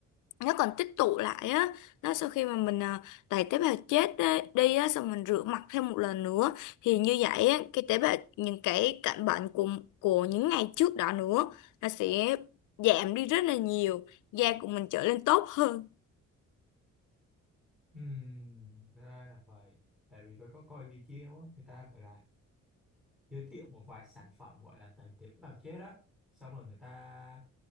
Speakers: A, on the left; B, in the centre.
A: nó còn tích tụ lại á đó sau khi mà mình à, đẩy tế bào chết á- đi á xong mình rửa mặt thêm một lần nữa thì như vậy á, cái tế bào những cái cạnh bệnh của của những ngày trước đó nữa nó sẽ giảm đi rất là nhiều da của mình trở lên tốt hơn
B: Ừm, ra là phải tại vì tôi có coi video á người ta gọi là giới thiệu một vài sản phẩm gọi là tẩy tế bào chết đó xong rồi người ta